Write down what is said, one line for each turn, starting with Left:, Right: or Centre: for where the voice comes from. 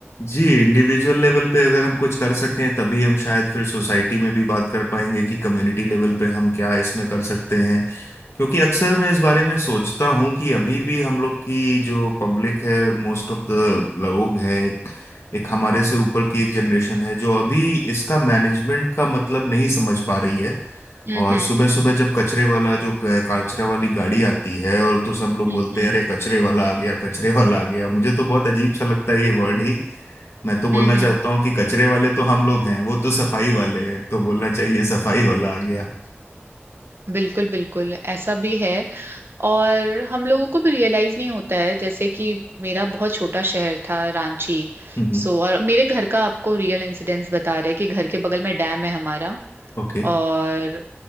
Left: जी इंडिविजुअल लेवल पे अगर हम कुछ कर सकें तभी हम शायद फिर सोसाइटी में भी बात कर पाएंगे कि कम्युनिटी लेवल पे हम क्या इसमें कर सकते हैं क्योंकि अक्सर मैं इस बारे में सोचता हूँ कि अभी भी हम लोग की जो पब्लिक है मोस्ट ऑफ द लोग है एक, एक हमारे से ऊपर की एक जनरेशन है जो अभी इसका मैनेजमेंट का मतलब नहीं समझ पा रही है
Right: हम्म
Left: और
Right: हम्म
Left: सुबह सुबह जब कचरे वाला जो क- कचरा वाली गाड़ी आती है और तो सब लोग
Right: हम्म
Left: बोलते हैं अरे कचरे वाला आ गया कचरे वाला आ गया मुझे तो बहुत अजीब सा लगता है ये वर्ड ही मैं तो बोलना
Right: हम्म
Left: चाहता
Right: हम्म,
Left: हूँ कि कचरे वाले तो हम लोग हैं वो तो सफाई वाले हैं तो बोलना चाहिए सफाई वाला आ गया
Right: बिल्कुल बिल्कुल ऐसा भी है और हम लोगों को भी रियलाइज नहीं होता है जैसे कि मेरा बहुत छोटा शहर था रांची
Left: हम्म
Right: सो और मेरे घर का आपको रियल इंसिडेंस बता रहे हैं कि घर के बगल में डैम है हमारा
Left: ओके
Right: और